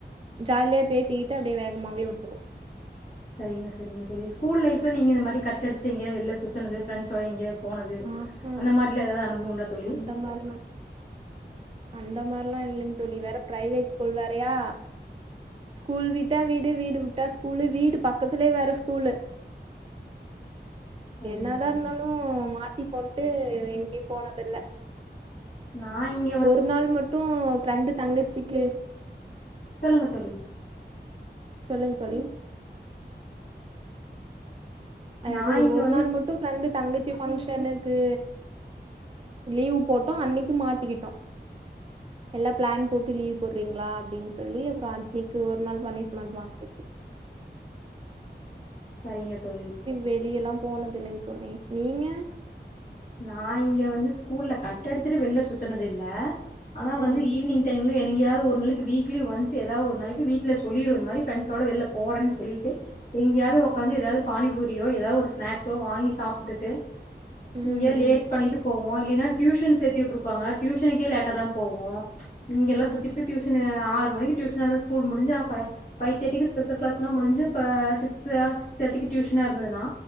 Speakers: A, on the right; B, on the left.
A: ஜாலியா பேசிக்கிட்டு அப்டியே வேகமாவே வந்துருவோ
B: சரிங்க சரிங்க தோழி ஸ்கூல் லைஃப்ல நீங்க இந்த மாரி கட் அடிச்சிட்டு எங்கெயா வெளில சுத்துனது ஃபிரண்ட்ஸோட எங்கெயா போனது
A: ஆஹா
B: அந்த மாரிலா எதா அனுபவ உண்டா தோழி
A: அந்த மாரிலா அந்த மார்லா இல்லிங் தோழி வேற பிரைவேட் ஸ்கூல் வேறையா ஸ்கூல் விட்டா வீடு வீடு விட்டா ஸ்கூலு வீடு பக்கத்துலேயே வேற ஸ்கூலு
B: சரிங்க
A: என்ன
B: சரிங்க
A: தா இருந்தாலு மாட்டி போம்ட்டு எங்கேயு போனதில்ல
B: நா இங்
A: ஒரு நாள் மட்டு ஃப்ரெண்டு தங்கச்சிக்கு
B: சொல்லுங்க தோழி
A: சொல்லுங் தோழி அது
B: நா இங்க
A: ஒரு
B: வந்து
A: நாள் மட்டு ஃப்ரெண்டு தங்கச்சி ஃபங்க்ஷனுக்கு லீவ் போட்டோ அன்னைக்கி மாட்டிக்கிட்டோ எல்லா பிளான் போட்டு லீவ் போட்றீங்ளா அப்டின்னு சொல்லி அப்பறோ அனிக்கு ஒரு நாள் பனிஷ்மெண்ட் வாங்க
B: சரிங்க தோழி
A: வெளியல்லா போனது இல்லங் தோழி நீங்க
B: நா இங்க வந்து ஸ்கூல்ல கட்டடிச்சிட்டு வெளில சுத்தனது இல்ல ஆனா வந்து
A: ம்
B: ஈவினிங் டைம் இல்ல எனக்கியாது ஒரு நாளைக்கு வீக்லி ஒன்ஸ் ஏதா ஒரு நாளைக்கு வீட்டுல சொல்லிரு இந்த மாரி ஃபிரண்ட்ஸ்ஸோட வெளில போறேன்னு சொல்லிட்டு எங்கேயாது உக்காந்து ஏதாது பானிபூரியோ ஏதா ஒரு ஸ்நாக்ஸோ வாங்கி சாப்புட்டுட்டு
A: ம்
B: இங்கயே லேட் பண்ணிட்டு போவோ இல்லைன்னா டியூஷன் சேர்த்தி விட்டுருப்பாங்க டியூஷனுக்கே லேட்டா தா போவோ இங்க
A: ம்
B: எல்லா சுத்திட்டு டியூஷன் ஆறு மணிக்கு டியூஷன் இருந்தா ஸ்கூல் முடிஞ்சு அ ஃப ஃபைவ் தேர்டிக்கு ஸ்பெஷல் கிளாஸ்லா முடிஞ்சி ப சிக்சு சிக்ஸ் தேர்டி டியூஷனா இருந்ததுனா